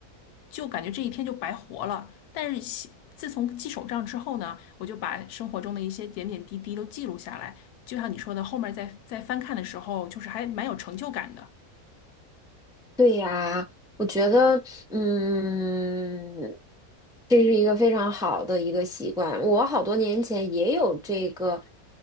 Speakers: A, on the left; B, in the centre.
A: 就感觉这一天就白活了。但是西自从记手账之后呢，我就把生活中的一些点点滴滴都记录下来，就像你说的，后面再再翻看的时候，就是还蛮有成就感的。
B: 对呀，我觉得，嗯，这是一个非常好的一个习惯。我好多年前也有这个，